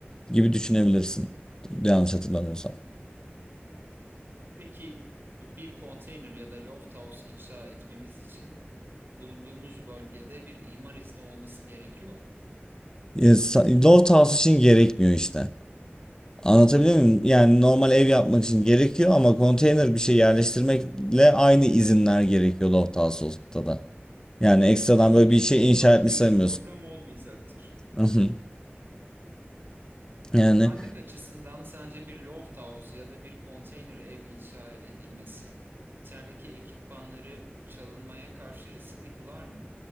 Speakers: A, on the left (about 20°); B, on the right (about 60°).
A: gibi düşünebilirsin. Yanlış hatırlamıyorsam.
B: Peki bir konteyner ya da lofthouse inşa etmemiz için bulunduğumuz bölgede bir imar izni olması gerekiyor mu?
A: E, house için gerekmiyor işte. Anlatabiliyor muyum? Yani normal ev yapmak için gerekiyor ama konteyner bir şey yerleştirmekle aynı izinler gerekiyor loft house'da da. Yani ekstradan
B: Anladım.
A: böyle bir şey
B: Bu
A: inşa
B: çok
A: etmiş
B: büyük
A: sayılmıyorsun.
B: bir problem olmayacaktır.
A: <laughs> Yani
B: Güvenlik açısından sence bir loft house ya da bir konteyner ev inşa edilmesi içerideki ekipmanları çalınmaya karşı riskli kılar mı?